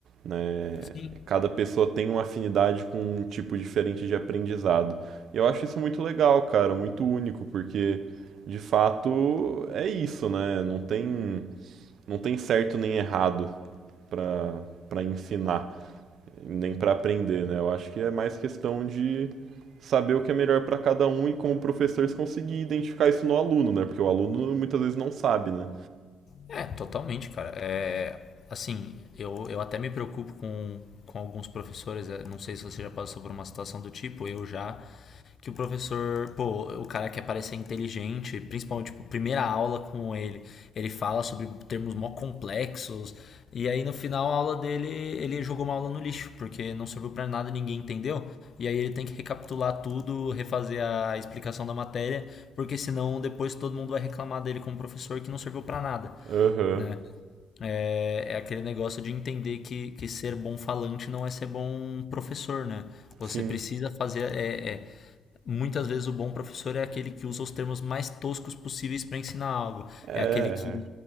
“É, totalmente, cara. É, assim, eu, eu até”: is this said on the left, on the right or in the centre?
Left